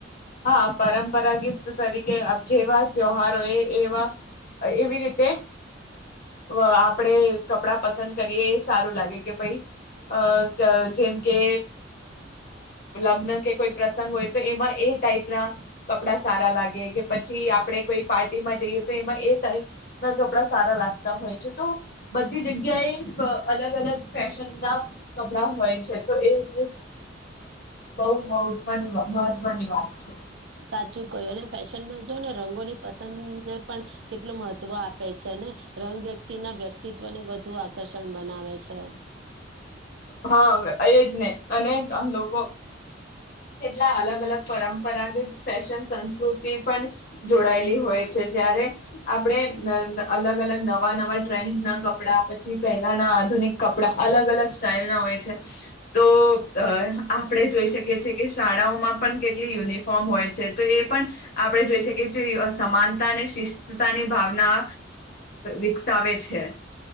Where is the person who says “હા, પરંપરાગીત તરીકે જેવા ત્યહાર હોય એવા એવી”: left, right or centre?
Left